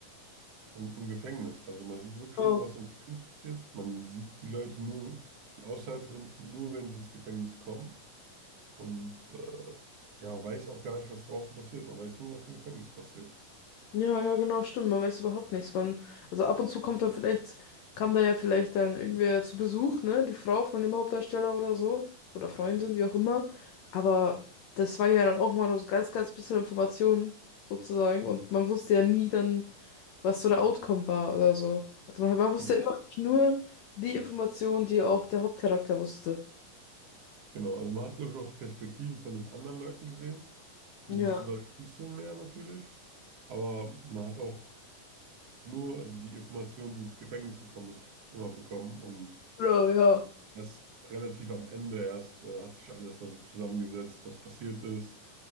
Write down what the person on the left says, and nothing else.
auch,
Ja, ja, genau, stimmt. Man weiß überhaupt nichts. Man, also ab und zu kommt da vielleicht, kam da ja vielleicht dann irgendwer zu Besuch, ne? Die Frau von dem Hauptdarsteller oder so. Oder Freundin, wie auch immer. Aber das war ja dann auch mal nur so ganz, ganz bisschen Informationen, sozusagen. Und man wusste ja nie dann, was so der Outcome war oder so. Also man, man wusste
ja immer wirklich nur die Informationen, die auch der Hauptcharakter wusste.
Ja.
Genau, ja.